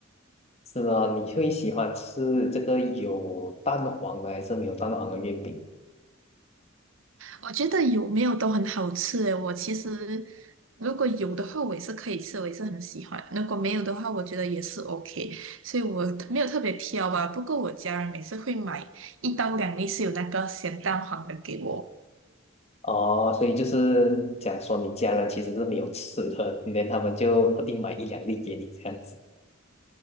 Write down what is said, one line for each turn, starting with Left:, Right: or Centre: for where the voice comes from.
Left: 是啊，你会喜欢吃这个有蛋黄的还是没有蛋黄的月饼？
Right: 我觉得有没有都很好吃诶，我其实如果有的话，我也是可以吃，我也是很喜欢；如果没有的话，我觉得也是 OK，所以我没有特别挑吧。不过我家人每次会买一到两粒是有那个咸蛋黄的给我。
Left: 哦，所以就是讲说你家人其实是没有吃的，连他们就特地买一两粒给你这样子。